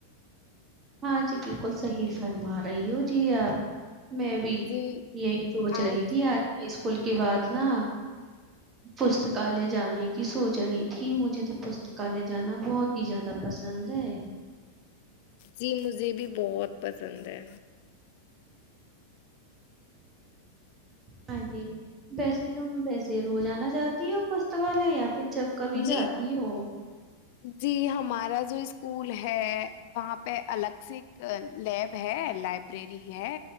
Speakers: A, on the right; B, on the left.
A: ہاں جی بالکل صحیح فرما رہی ہو جی آپ میں بھی
B: جی
A: یہی سوچ
B: آج
A: رہی تھی آج کل کے بعد نا پستکالیہ جانے کی سوچ رہی تھی مجھے تو پستکالیہ جانا بہت ہی زیادہ پسند ہے
B: جی مجھے بھی بہت پسند ہے
A: ہاں جی ویسے تو ویسے روزاننا چاہتی ہے پستکالے یا پھر جب کبھی
B: جی
A: جاتی ہو
B: جی ہمارا جو اسکول ہے وہاں پہ الگ سے ایک لیب ہے لائبریری ہے